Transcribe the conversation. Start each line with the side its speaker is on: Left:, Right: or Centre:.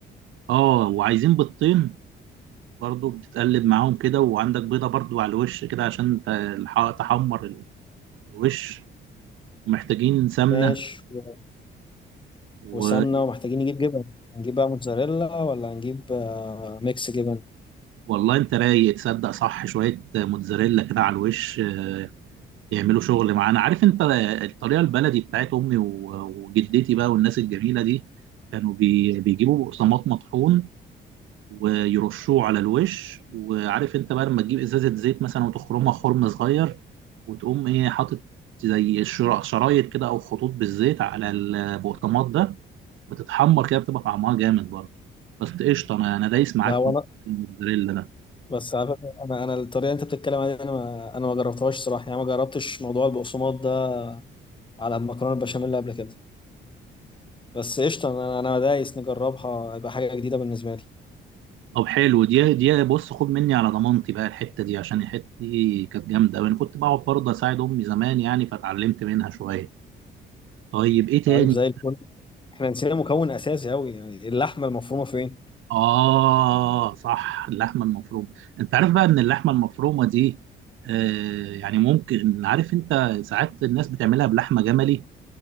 Right: اه وعايزين بيضتين برضو بتتقلب معاهم كده وعندك بيضه برضو على الوش كده عشان ت- الح- تحمر ال- الوش ومحتاجين سمنه
Left: ماشي و... وسمنة
Right: و <laughs>
Left: ومحتاجين نجيب جبن هنجيب بقى موتزاريلا ولا هنجيب آه ميكس جبن
Right: والله انت رايق تصدق صح شويه موتزاريلا كده على الوش آه، يعملوا شغل معانا عارف انت الطريقه البلدي بتاعت امي و- وجدتي بقى والناس الجميله دي كانوا بي... بيجيبوا بقسماط مطحون ويرشوه على الوش وعارف انت بقى لما تجيب ازازه زيت مثلا وتخرمها خرم صغير وتقوم ايه حاطط زي الشرا- شرايط كده او خطوط بالزيت على البقطماط ده بتتحمر كده بتبقى طعمها جامد برضه بس قشطه انا انا دايس معاك
Left: لا وانا
Right: في الموتزاريلا ده
Left: بس على فكرة انا انا الطريقة اللي انت بتتكلم عليها دي انا ما... انا ما جربتهاش صراحة يعني ما جربتش موضوع البقسماط ده على المكرونة البشاميل قبل كده بس قشطة انا انا دايس نجربها هتبقى حاجة جديدة بالنسبة لي
Right: طب حلو دي دي بص خد مني على ضمانتي بقى الحته دي عشان الحته دي كانت جامده وانا كنت بقعد برضه اساعد امي زمان يعني فاتعلمت منها شويه طيب ايه تاني
Left: طيب زي الفل احنا نسينا مكون اساسي قوي يعني اللحمة المفرومة فين
Right: آه صح اللحمة المفرومة أنت عارف بقى إن اللحمة المفرومة دي آه يعني ممكن عارف أنت ساعات الناس بتعملها بلحمة جملي